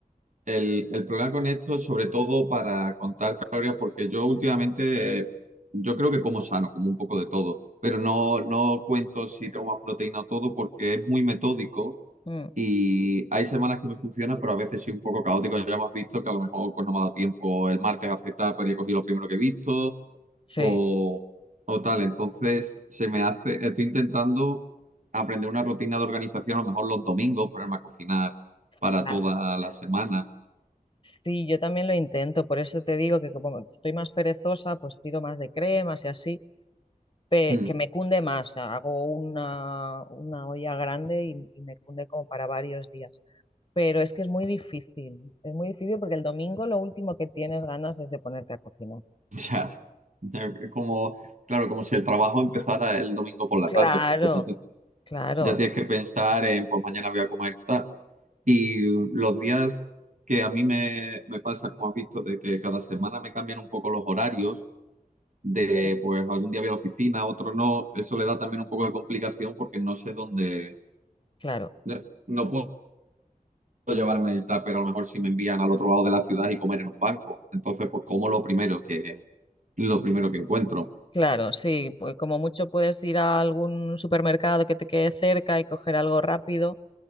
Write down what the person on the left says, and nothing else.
Mm,
sí,
claro.
Sí, yo también lo intento, por eso te digo que como estoy más perezosa, pues tiro más de cremas y así. pe-
que me cunde más. Hago una, una olla grande y, y me cunde como para varios días. Pero es que es muy difícil, es muy difícil porque el domingo lo último que tienes ganas es de ponerte a cocinar.
Claro,
claro,
un-
claro,
claro, sí, pues como mucho puedes ir a algún supermercado que te quede cerca y coger algo rápido